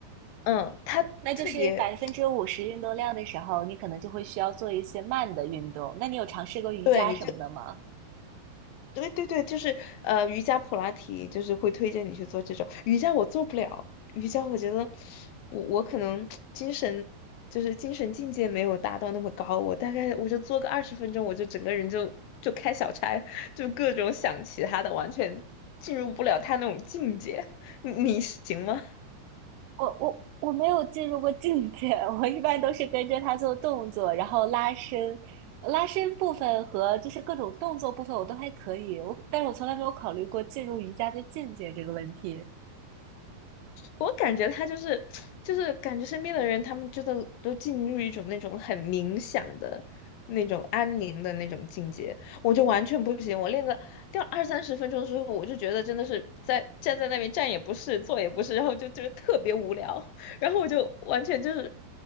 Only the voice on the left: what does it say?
嗯，他特别。
对你对对对，就是呃，瑜伽、普拉提，就是会推荐你去做这种瑜伽，我做不了瑜伽，我觉得我我可能精神就是精神境界没有达到那么高，我大概我就做个二十分钟，我就整个人就就开小差，就各种想其他的，完全进入不了他那种境界。<laughs> 你你行吗？
我感觉他就是就是感觉身边的人，他们真的都进入一种那种很冥想的那种安宁的那种境界，我就完全不行。我练个掉二三十分钟之后，我就觉得真的是在站在那边站也不是，坐也不是，然后就就是特别无聊，<laughs> 然后我就完全就是，